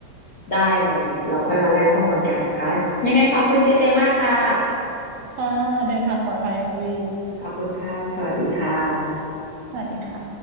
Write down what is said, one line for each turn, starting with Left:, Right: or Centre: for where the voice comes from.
Left: ได้เลยเราค่อยมาแลกข้อมูลกันนะคะยังไงขอบคุณเจเจมากค่ะ
Right: <laughs> ค่ะเดินทางปลอดภัยค่ะพี่
Left: ขอบคุณค่ะ สวัสดีค่ะ
Right: สวัสดีค่ะ